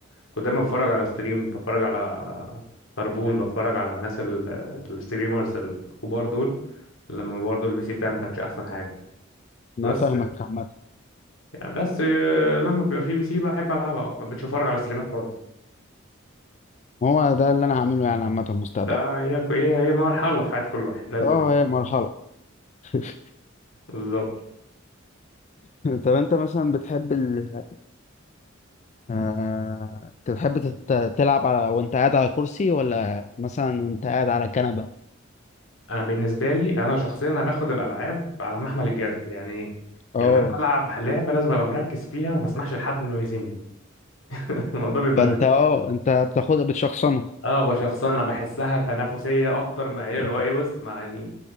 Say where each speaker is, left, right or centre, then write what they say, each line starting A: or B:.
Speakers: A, on the left; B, on the left.
A: كنت دايما بتفرج على ستريم بتفرج على طربون بتفرج على الناس ال- الستريمرز الكبار دول لما برضو البي سي بتاعي ما كانش احسن حاجه
B: انا
A: بس
B: فاهمك عامة
A: بس آه، لما بيبقى في بي سي بحب العبها اكتر مش بتفرج على ستريمات خالص
B: هو ده اللي انا هعمله يعني عامة مستقبلا
A: ده هي هي هي مرحله في حياه كل واحد لازم
B: اه
A: بي سي.
B: هي مرحلة <laughs>
A: بالظبط
B: طب انت مثلا بتحب ال... آه... تحب تت- تلعب على... وانت قاعد على كرسي ولا مثلا وانت قاعد على كنبة
A: انا بالنسبه لي انا شخصيا انا باخد الالعاب على محمل الجد يعني
B: اه
A: يعني انا العب لعبه لازم ابقى مركز فيها وما اسمحش لحد انه يهزمني <laughs> الموضوع بيبقى
B: فانت اه انت بتاخدها بتشخصنها
A: اه بشخصنة انا بحسها تنافسية اكتر ما هي
B: آه.
A: اللي هو ايه بص ما يعني